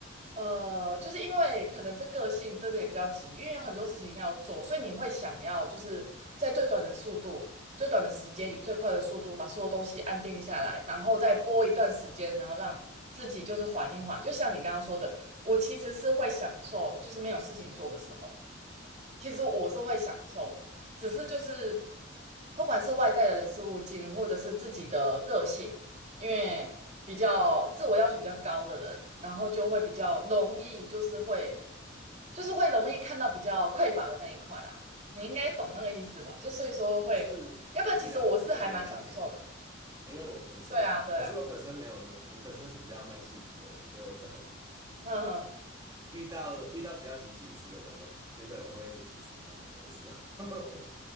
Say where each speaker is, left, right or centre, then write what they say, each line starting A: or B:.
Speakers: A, on the right (about 35°); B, on the right (about 20°).
A: 呃，就是因为可能是个性真的也比较急，因为有很多事情要做，所以你会想要就是在最短的速度、最短的时间以最快的速度把所有东西安定下来，然后再播一段时间，然后让自己就是缓一缓。就像你刚刚说的，我其实是会享受就是没有事情做的时候。其实我是会享受的，
B: 嗯
A: 只是就是不管是外在的人事物进，或者是自己的个性，因为比较自我要求比较高的人，然后就会比较容易，就是会就是会容易看到比较匮乏的那一块啦。你应该懂那个意思吧？
B: 嗯，
A: 就所以说会，
B: 我是我是了有一点了解啦，
A: 要不然其实我是还蛮享受的。
B: 因为我本身，
A: 对啊，对啊，
B: 可是我本身没有那么，我本身是比较慢性子的人，所以我可能
A: 嗯哼，
B: 遇到遇到比较急性子的人，我觉得我会气死他们，有的时候